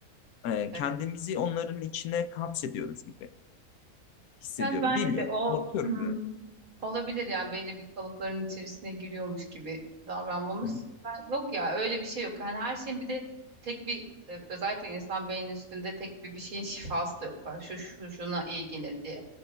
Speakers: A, on the left (about 80°); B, on the right (about 70°).
A: e,
B: Evet.
A: kendimizi onların içine kapsediyoruz gibi hissediyorum.
B: Yani bence
A: Bilmiyorum.
B: de o
A: Korkuyorum
B: <clears throat>
A: biraz da.
B: Olabilir yani belli bir kalıpların içerisine giriyormuş gibi davranmamız.
A: Hı
B: Ben, yok ya öyle bir şey yok. Yani her şeyin bir de tek bir e, özellikle insan beyninin üstünde tek bir bir şeyin şifası da yok. Yani şu şu şuna iyi gelir diye.